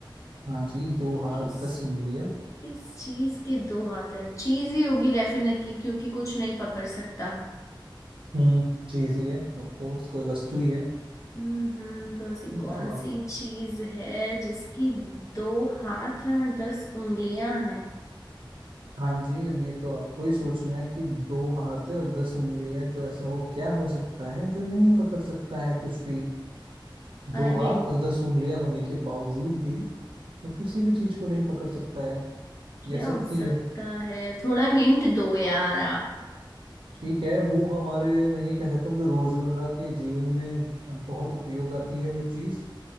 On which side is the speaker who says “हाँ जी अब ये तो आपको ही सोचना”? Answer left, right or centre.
Right